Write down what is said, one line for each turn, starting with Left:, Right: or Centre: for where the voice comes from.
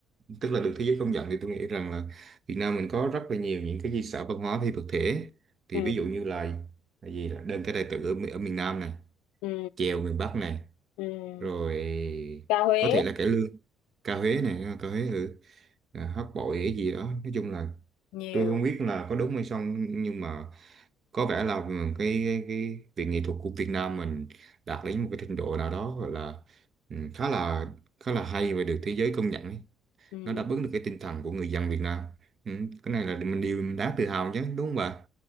Right: tức là được thế giới công nhận thì tôi nghĩ rằng là Việt Nam mình có rất là nhiều những cái di sản văn hóa phi vật thể thì
Left: ừ,
Right: ví dụ như là là gì là đơn ca tài tử ở, mi- ở miền Nam này
Left: ừ,
Right: chèo miền Bắc này
Left: ừ.
Right: rồi
Left: Ca Huế
Right: có thể là cải lương ca Huế này à, ca Huế ừ. à, hát bội cái gì đó nói chung là
Left: nhiều
Right: tôi không biết là có đúng hay không nhưng mà có vẻ là cái cái, cái việc nghệ thuật của Việt Nam mình đạt đến một cái trình độ nào đó gọi là ừ, khá là khá là hay và được thế giới công nhận ấy
Left: ừ.
Right: nó đáp ứng được cái tinh thần của người dân Việt Nam ừ, cái này là mình điều mình đáng tự hào chứ đúng không bà